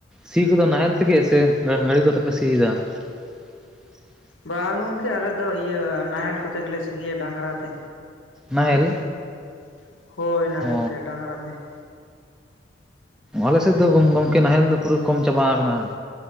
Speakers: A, in the centre; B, on the left.
A: ᱥᱤ ᱠᱚᱫᱚ ᱱᱟᱦᱮᱞ ᱛᱮᱜᱮ ᱥᱮ ᱜᱟᱹᱲᱤ ᱠᱚᱛᱮᱯᱮ ᱥᱤ ᱮᱫᱟ? <inaudible>
B: ᱵᱟᱝ ᱜᱚᱢᱠᱮ ᱟᱞᱮ ᱫᱚ ᱤᱭᱟᱹ ᱱᱟᱦᱮᱞ ᱠᱚᱛᱮ ᱜᱮᱞᱮ ᱥᱤ ᱜᱮᱭᱟ ᱰᱟᱝᱜᱨᱟ ᱛᱮ
A: ᱱᱟᱦᱮᱞ
B: ᱾ ᱦᱚᱭ ᱱᱟᱦᱮᱞ
A: ᱚ
B: ᱛᱮ ᱰᱟᱝᱜᱨᱟ ᱛᱮ ᱾
A: ᱟᱞᱮ ᱥᱮᱫ ᱫᱚ ᱜᱚᱝ ᱜᱚᱝᱠᱮ ᱱᱟᱦᱮᱞ ᱫᱚ ᱯᱩᱨᱟᱹ ᱠᱚᱢ ᱪᱟᱵᱟ ᱠᱟᱱᱟ ᱾